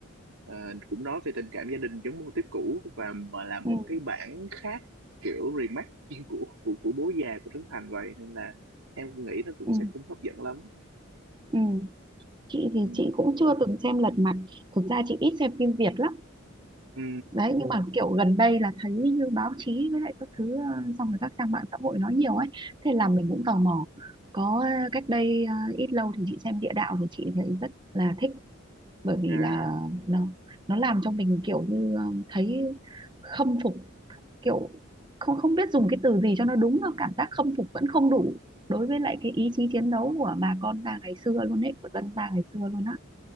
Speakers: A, on the right; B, on the right.
A: ờ, cũng nói về tình cảm gia đình giống mô típ cũ và mà làm
B: ừ,
A: một
B: ừ,
A: cái bản khác kiểu remake <laughs> của của, của bố già của Trấn Thành vậy nên là em nghĩ nó cũng
B: ừ.
A: sẽ cũng hấp dẫn lắm
B: ừ. chị thì
A: ừ.
B: chị cũng chưa từng xem lật mặt thực ra chị ít xem phim Việt lắm
A: Ừ.
B: đấy nhưng mà ừ. kiểu gần đây là thấy như báo chí với lại các thứ ờ, xong rồi các trang mạng xã hội nói nhiều ấy thế là mình
A: Ừ.
B: cũng tò mò có ờ, cách đây ờ, ít lâu thì chị xem địa đạo thì chị thấy rất là thích bởi vì
A: à
B: là nó nó làm cho mình kiểu như ờ, thấy khâm phục kiểu không không biết dùng cái từ gì cho nó đúng là cảm giác khâm phục vẫn không đủ đối với lại cái ý chí chiến đấu của bà con ta ngày xưa luôn ấy của dân ta ngày xưa luôn á